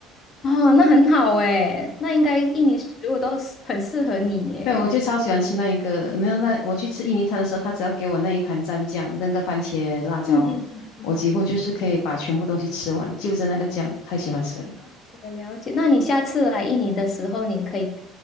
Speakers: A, on the left; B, on the left.
A: 哦，那很好诶，那应该印尼食物都是很适合你耶。
B: 对，我就超喜欢吃那一个的。没有那我去吃印尼餐的时候，他只要给我那一盘蘸酱，那个番茄辣椒，
A: 嗯嗯嗯嗯，
B: 我几乎就是可以把全部东西吃完，就着那个酱，太喜欢吃了。
A: 了解了解，那你下次来印尼的时候，你可以